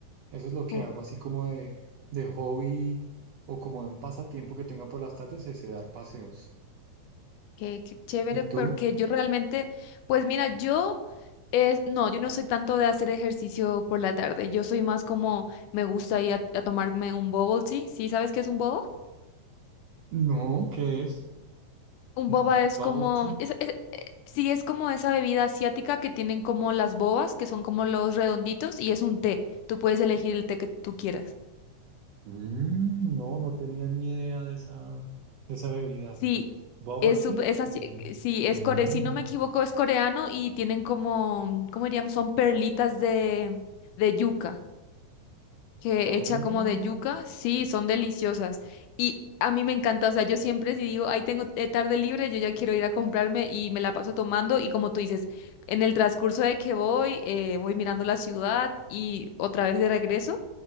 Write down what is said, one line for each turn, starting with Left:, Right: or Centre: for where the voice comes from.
Right: Eso es lo que
Left: uh,
Right: hago, así como de, de hobby o como de un pasatiempo que tenga por las tardes, es de dar paseos.
Left: qué, qué chévere,
Right: ¿Y tú?
Left: porque yo realmente, pues mira, yo, es, no, yo no soy tanto de hacer ejercicio por la tarde, yo soy más como, me gusta ir a, a tomarme un bubble tea, ¿sí sabes qué es un bubble?
Right: No, ¿qué es?
Left: Un
Right: ¿Un
Left: boba es
Right: bubble
Left: como,
Right: tea?
Left: es- es- eh, sí, es como esa bebida asiática que tienen como las bobas, que son como los redonditos, y es un té. Tú puedes elegir el té que tú quieras.
Right: Mm, no, no tenía ni idea de esa, de esa bebida.
Left: Sí,
Right: ¿Bubble
Left: es,
Right: tea?
Left: sup- es así,
Right: No, ni
Left: eh,
Right: idea.
Left: sí, es
Right: Mm,
Left: core, si no me equivoco, es coreano y tienen como, ¿cómo diríamos? Son perlitas de, de yuca. que
Right: ah,
Left: hecha como de yuca, sí, son deliciosas. Y a mí me encanta, o sea, yo siempre si digo, ahí tengo eh, tarde libre, yo ya quiero ir a comprarme y me la paso tomando y como tú dices, en el transcurso de que voy, eh, voy mirando la ciudad y otra vez de regreso